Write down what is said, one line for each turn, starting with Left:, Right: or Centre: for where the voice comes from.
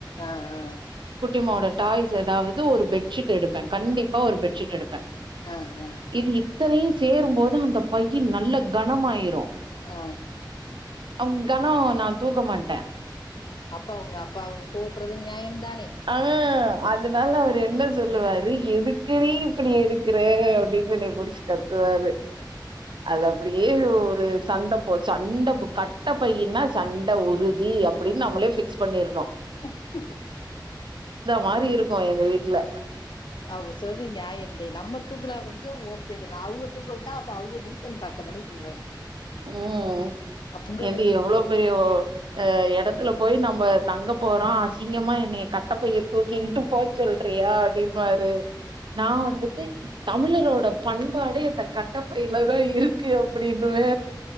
Left: ஆ ஆ ஆ
Right: குட்டிமாவோட டாய்ஸ் ஏதாவது ஒரு பெட்ஷீட் எடுப்பே கண்டிப்பா ஒரு பெட்ஷீட் எடுப்பே ப்ப
Left: ஆ ஆ
Right: இது இத்தனையு சேரும்போது அந்த பை கி நல்ல கனமாயிரு
Left: ஆ
Right: அவங் கணோ நா தூக்க மாட்டே
Left: அப்பா அவங்க அப்பா அவங்க கோப்புறது நியாயம்தான்
Right: ஆ அதனால அவரு என்ன சொல்லுவாரு எதுக்குனீ இப்டி எடுக்குற அப்டின்னு என்ன புடிச்சுக்கத் துவாரு அது அப்புடியே உ து சண்ட போ சண்ட கட்ட பையன்னா சண்ட உறுதி அப்படின்னு நம்மளே பிக்ஸ் பண்ணிருணு
Left: <unintelligible>
Right: மாறி இருக்கு கு எங்க வீட்டுல
Left: அவங்க சொல்றது நியாயம்தே நம்ம தூக்கலா கொஞ்சோ ஓகேல்ல அவங்க தூக்க விட்டா அப்ப அவங்க டீசன் பாக்கதானே செய்வாங்க
Right: ம்
Left: அப்ப உங்க
Right: எந்து
Left: மேல தானே
Right: எவ்வளோ
Left: தப்பு.
Right: பெரிய அ எடத்துல போய் நம் ப தங்க போறோ அசிங்கமா என்னய கட்டப்பைய தூக்கி போ சொல்றியா அப்டின்வாரு நா வந்துட்டு தமிழரோட பண்பாடு இந்த கட் டப்பை இலதா இருக்கு அப் அப்டி இப்பவே